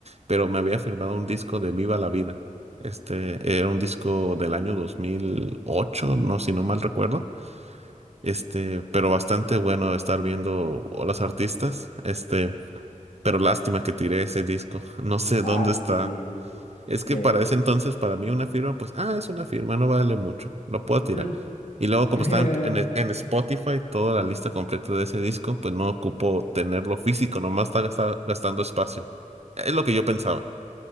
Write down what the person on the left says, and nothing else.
Ay,
sí.
Que...
Mm.
<laughs>